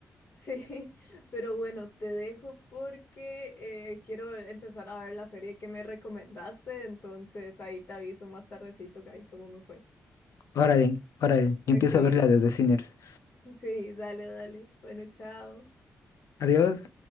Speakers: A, on the left (about 40°); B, on the left (about 70°).
A: Sí, <laughs> pero bueno, te dejo porque eh, quiero empezar a ver la serie que me recomendaste, entonces ahí te aviso más tardecito que ahí cómo me fue.
B: órale, órale.
A: Ok,
B: Yo empiezo a ver la de The Sinners.
A: sí, dale, dale. Bueno, chao.
B: Adiós.